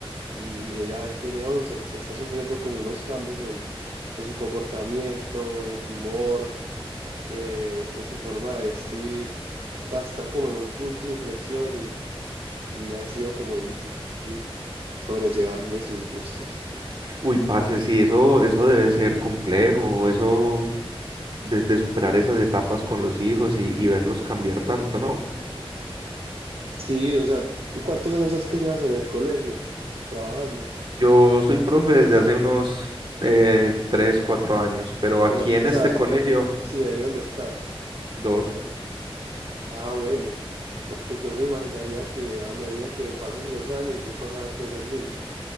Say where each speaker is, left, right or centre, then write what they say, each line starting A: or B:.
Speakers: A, on the right; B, on the right.
A: y ella tiene once, entonces está sufriendo como unos cambios en, en su comportamiento, en su humor, eh, en su forma de vestir. O sea, está como en un punto de inflexión y ha sido como di- difícil sobrellevarle sus gustos.
B: Uy, parce, sí, eso, eso debe ser complejo, eso de, de superar esas etapas con los hijos y, y verlos cambiar tanto, ¿no?
A: Sí, o sea, ¿tú cuántos años es que llevas en el colegio trabajando?
B: Yo soy profe desde hace unos eh, tres, cuatro años, pero aquí
A: Pero,
B: en
A: o
B: este
A: sea,
B: colegio,
A: eh, sí, de ahí donde estás.
B: dos,
A: Ah, bueno, porque yo me imaginaría que a medida que pasen los años vos vas a ver crecer niños